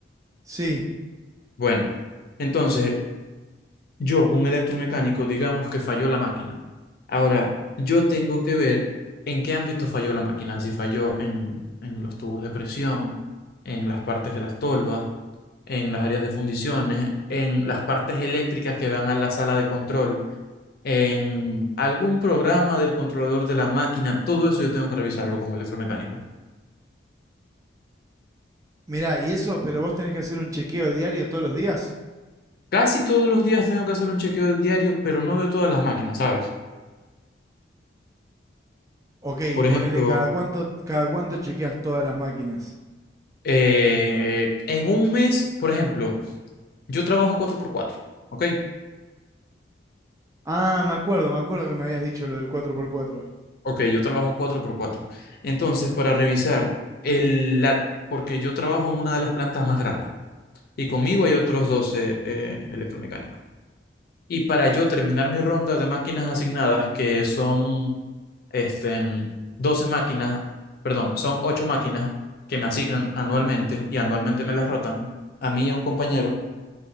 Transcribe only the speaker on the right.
sí.
Mirá, y eso, pero vos tenés que hacer un chequeo diario todos los días.
Ok,
ponele cada cuánto, cada cuánto chequeas todas las máquinas.
Ah, me acuerdo, me acuerdo que me habías dicho lo del cuatro por cuatro.